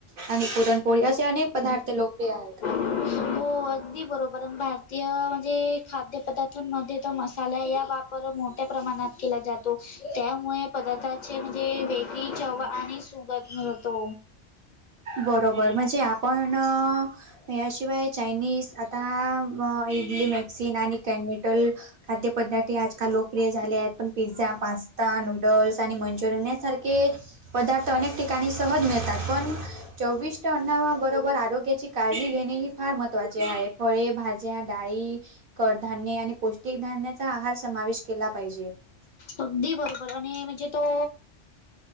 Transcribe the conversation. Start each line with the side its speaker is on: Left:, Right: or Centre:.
Right: आणि पुरणपोळी असे अनेक पदार्थ लोकप्रिय आहेत.
Left: हो. अगदी बरोबर आणि भारतीय म्हणजे, खाद्य पदार्थांमध्ये तर मसाल्या ह्या वापर मोठ्या प्रमाणात केला जातो. त्यामुळे, पदार्थाचे म्हणजे बेकरी चव आणि सुंगध येतो.
Right: बरोबर म्हणजे आपण अ याशिवाय चायनिज आता इडली मॅक्सीन आणि कॅनीटल खाद्यपदार्थे आजकाल लोकप्रिय झाले आहेत. पण पिझ्झा पास्ता नू नुडल्स आणि मंचुरियन यासारखे पदार्थ अनेक ठिकाणी सहज मिळतात. पण चोविष्ट अन्ना बरोबर आरोग्याची काळजी घेणे ही फार महत्त्वाचे आहे फळे, भाजी ज्या डाळी कडधान्य आणि पौष्टिक धान्यचा आहार समावेश केला पाहिजे
Left: अगदी बरोबर आणि म्हणजे तो